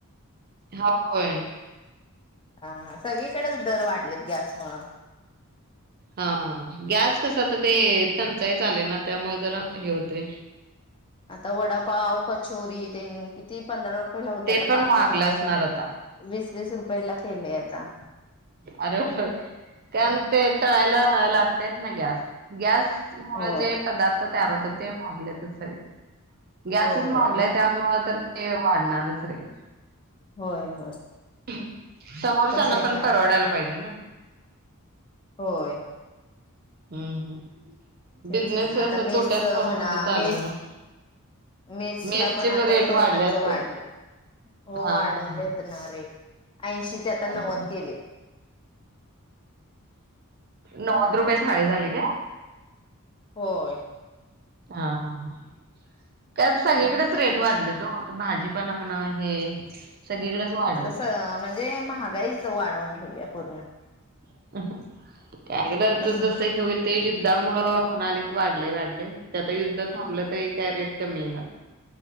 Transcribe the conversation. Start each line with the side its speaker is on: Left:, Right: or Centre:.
Right: हा होय.
Left: हा हा सगळीकडच दर वाढलेत. गॅस मुळं
Right: हा हं ह गॅस कसं आता ते टंचाई चालूये ना त्यामुळे जरा हे होतय.
Left: आता वडापाव, कचोरी तेन किती पंधरा मला होते
Right: ते
Left: आता
Right: पण
Left: पाच
Right: महागल
Left: पाच रुपये
Right: असणार आता
Left: वीस वीस रुप पहिला केलेयं आता.
Right: अरे होय त्याण ते तळायला लागतय नाही गॅस गॅस मुळं
Left: होय
Right: जे पदार्थांत तयार होतात ते म्हागल्यातच आहे. गॅसच
Left: हो होय
Right: महागलाय
Left: ब
Right: त्यामुळ तर ते वाढणारंच रेट.
Left: होय होय.
Right: <unintelligible> समोरच्यांना
Left: तसच
Right: पण
Left: आहे
Right: परवडायला पाहिजे ना.
Left: होय.
Right: हम्म हम्म.
Left: तेच
Right: बिझनेस
Left: ना
Right: असं
Left: आता मेसचं
Right: तोट्यात करून
Left: म्हणा
Right: कसं चालेल
Left: मेस
Right: मग
Left: मेसला
Right: मेसचे
Left: पण आता
Right: रेट
Left: जेवणाचं
Right: वाढले असतील.
Left: वाढलं हो
Right: हा
Left: वाढवलेत
Right: हा हा
Left: ना रेट. ऐंशीची आता
Right: काय
Left: नव्वद
Right: कराय
Left: केलीये.
Right: नव्वद रुपये थाळी झाली काय?
Left: होय.
Right: हा हा हा. त्यात सगळीकडंच रेट वाढलेत ओ आता भाजीपाला म्हणा हे सगळीकडेच वाढलेत
Left: आतासं
Right: रेट.
Left: म्हणजे महागाईच वाढवूण <unintelligible> पूर्ण.
Right: <unintelligible>
Left: हम्म.
Right: जसं हे होईल ते यु युद्धामुळं म्हणालीत वाढलंय वाढलंय ते आता युद्धं थांबलं तरी काय रेट कमी येईना.